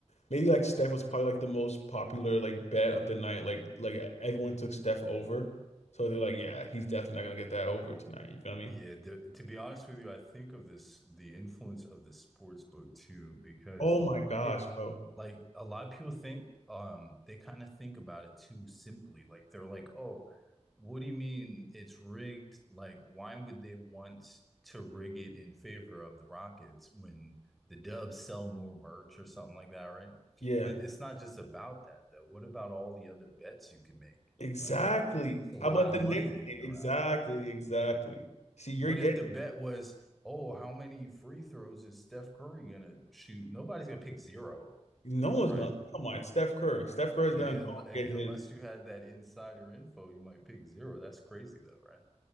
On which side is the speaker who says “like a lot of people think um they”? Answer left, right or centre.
Centre